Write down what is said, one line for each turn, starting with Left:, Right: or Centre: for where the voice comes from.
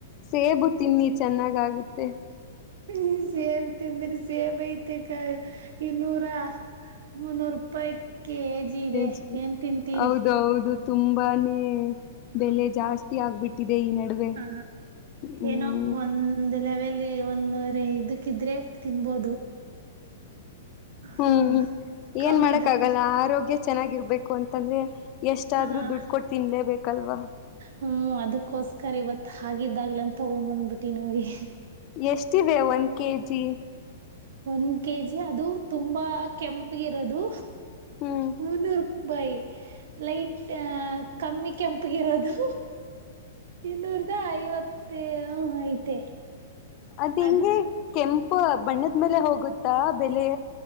Left: ಸೇಬು ತಿನ್ನಿ ಚೆನ್ನಾಗಾಗುತ್ತೆ
Right: ಹ ಸೇಬ ತಿಂದ್ರಿ ಸೇಬ ಐತೆ ಇನ್ನೂರ ಮುನ್ನೂರು ರೂಪಾಯಿ ಕೆಜಿ ಇದೆ
Left: ಜ
Right: ಏನ್ ತಿಂತೀರಿ
Left: ಹೌದೌದು ತುಂಬಾನೇ ಬೆಲೆ ಜಾಸ್ತಿ ಆಗ್ಬಿಟ್ಟಿದೆ ಈ ನಡುವೆ
Right: ಹ
Left: ಹ್ಮ್
Right: ಏನೋ ಒಂದ್ ಲೆವೆಲ್ ಒಂದವರೆ ಇದಕ್ಕ ಇದ್ರೆ ತಿನ್ಬೋದು
Left: ಹ್ಮ್
Right: ಹ
Left: ಏನ್
Right: ಕಮ್ಮಿದ್ರ
Left: ಮಾಡಕ್ ಆಗಲ್ಲ ಆರೋಗ್ಯ ಚೆನ್ನಾಗಿರ್ಬೇಕು ಅಂತಂದ್ರೆ ಎಷ್ಟಾದ್ರೂ
Right: ಹ
Left: ದುಡ್ಡು ಕೊಟ್ಟ ತಿನ್ಲೇಬೇಕಲ್ವಾ
Right: ಹ್ಮ್ ಅದಕ್ಕೋಸ್ಕರ ಇವತ್ ಹಾಗಿದ್ದಾಗ್ಲನ್ ತೊಗೊ್ ಬಂದ್ಬಿಟ್ಟಿ ನೋಗೆ
Left: ಎಷ್ಟಿದೆ ಒಂದ ಕೆಜಿ
Right: ಒಂದ್ ಕೆಜಿ ಅದು ತುಂಬಾ ಕೆಂಪಗಿರೋದು
Left: ಹ್ಮ್
Right: ಮುನ್ನೂರು ಬೈ ಲೈಟ್ ಕಮ್ಮಿ ಕೆಂಪಗಿರೋದು ಇನ್ನೂರ್ದ ಐವತ್ತ ಹ ಐತೆ
Left: ಅದ್
Right: ಅ
Left: ಹೆಂಗೆ ಕೆಂಪು ಬಣ್ಣದ ಮೇಲೆ ಹೋಗುತ್ತಾ ಬೆಲೆ